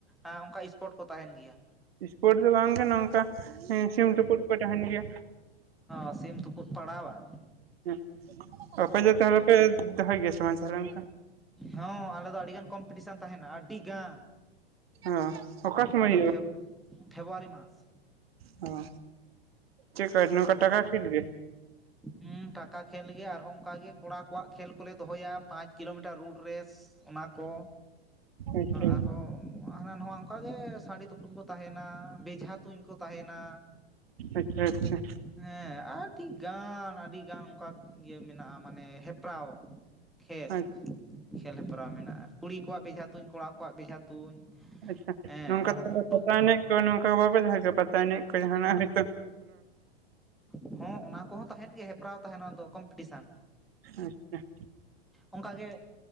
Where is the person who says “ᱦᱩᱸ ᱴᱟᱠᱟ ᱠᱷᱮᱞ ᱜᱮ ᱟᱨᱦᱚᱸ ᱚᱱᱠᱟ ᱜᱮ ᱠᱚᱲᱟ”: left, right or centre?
Centre